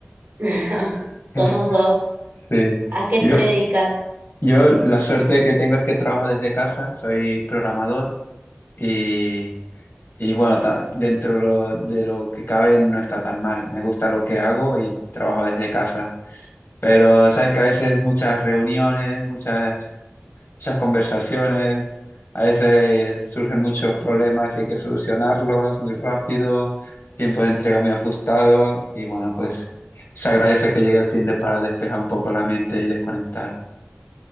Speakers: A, on the right; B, on the left.
A: <laughs> Somos
B: <laughs>
A: dos.
B: Sí,
A: ¿A qué te
B: yo,
A: dedicas?
B: yo la suerte que tengo es que trabajo desde casa, soy programador y, y bueno, ta- dentro lo- de lo que cabe no está tan mal, me gusta lo que hago y trabajo desde casa. Pero sabes que a veces muchas reuniones, muchas muchas conversaciones, a veces surgen muchos problemas y hay que solucionarlos muy rápido, tiempo de entrega muy ajustado y bueno, pues se agradece que llegue el fin de para despejar un poco la mente y desconectar.